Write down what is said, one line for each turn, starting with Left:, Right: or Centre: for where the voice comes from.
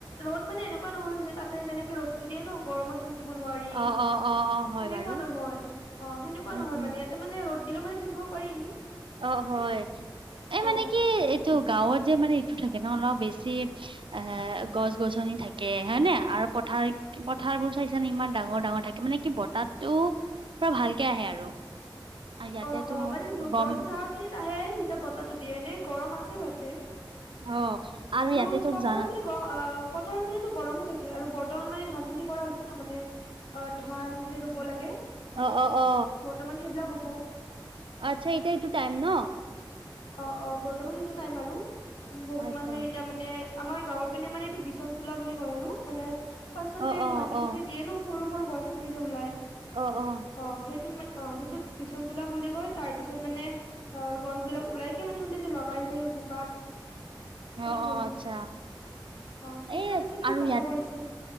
Left: ৰ'দ মানে এনেকুৱা নহয় যে তাতে যেনেকে ৰ'দটো দিয়ে ন গৰমত থাকিব নোৱাৰি
Right: অ' অ' অ' অ' হয়
Left: সেনেকুৱা
Right: বাৰু
Left: নহয়। অ' সেনেকুৱা
Right: উম
Left: নহয়
Right: উম
Left: মানে ইয়াতে মানে দিলেও মানে থাকিব পাৰি।
Right: অ' হয় এই
Left: অ
Right: মানে কি এইটো গাঁৱত যে মানে টো থাকে ন অলপ বেছি, এ গছ গছনি থাকে হয়নে আৰু পথাৰ পথাৰবোৰ চাইছানে ইমান ডাঙৰ ডাঙৰ থাকে মানে কি বতাহ তো পুৰা ভালকে আহে আৰু ইয়াতেটো
Left: অ অ
Right: <unintelligible>
Left: মানে <unintelligible> আহে যেতিয়া বতাহটো দিয়ে, এনে গৰম আছে ইয়াতে।
Right: অ'।
Left: আৰু
Right: ইয়াতে তো
Left: পথাৰৰ
Right: জা
Left: পিনে অ', পথাৰৰ পিনেতো গৰমেই থাকে আৰু বৰ্তমানেটো মানে ধান খেতি কৰা হৈছে ন, মানে অ', ধান যে ৰুব লাগে,
Right: অ অ অ
Left: বৰ্তমান সেইবিলাক হ'ব।
Right: আচ্ছা, এতিয়া এইটো টাইম ন।
Left: অ', অ', বৰ্তমান সেইটো টাইম আৰু, বহুত
Right: আচ্ছা
Left: মানুহে এতিয়া মানে আমাৰ গাঁৱৰ পিনে মানে এইটো বিচন তোলা বুলি কয় আৰু, মানে পাছত
Right: অ
Left: যে
Right: অ
Left: ধান খিনি
Right: অ
Left: যে দিয়ে ন, সৰু সৰু গছখিনি যে ওলায়।
Right: অ', অ'।
Left: অ', সেইটোক মানে, অ', সেইটোক বিচন তোলা বুলি কয়, তাৰপিছত মানে অ', গছ বিলাক ওলাইকে মানে সিহঁতে যে লগাই যে বোকাত। সেইটো
Right: অ',
Left: কৰিব
Right: অ', আচ্ছা।
Left: অ', কিছুমানে
Right: এ
Left: চাগে
Right: আৰু
Left: ষ্টাৰ্টো
Right: ইয়াত
Left: কৰিছে।